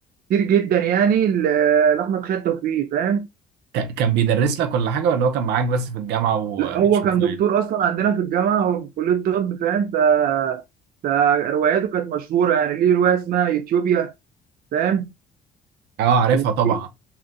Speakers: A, on the right; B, on the right.
A: كتير جدا يعني ل- لاحمد خالد توفيق فاهم
B: ك- كان بيدرس لك ولا حاجة ولا هو كان معاك بس في الجامعة وبتشوفه
A: لا هو كان دكتور
B: يعني
A: اصلا عندنا في الجامعه هو في كليه الطب فاهم ف- فرواياته كانت مشهوره يعني ليه روايه اسمها يوتيوبيا فاهم
B: اه عارفها
A: وفي
B: طبعا